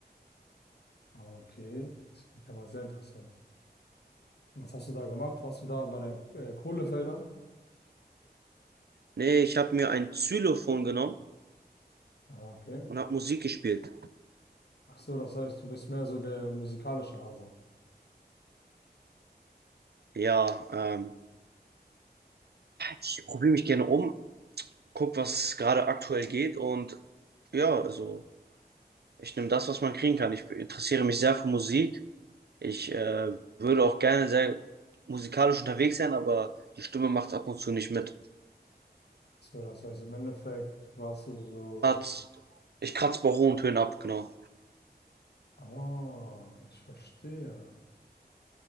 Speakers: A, on the left; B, on the right.
A: Ah, Okay, das klingt ja mal sehr interessant. Und Was hast du da gemacht? Warst du da bei den äh, Kohlefeldern?
B: Nee, ich habe mir ein Xylophon genommen
A: Ah, okay.
B: und habe Musik gespielt.
A: Ach so, das heißt, du bist mehr so der musikalische Hase.
B: Ja, ähm, ich probiere mich gerne um, guck, was gerade aktuell geht und ja, also ich nehme das, was man kriegen kann. Ich interessiere mich sehr für Musik. Ich äh, würde auch gerne sehr musikalisch unterwegs sein, aber die Stimme macht ab und zu nicht mit.
A: So, das heißt, im Endeffekt warst du so,
B: Kratz- Ich kratze bei hohen Tönen ab, genau.
A: ah, ich verstehe.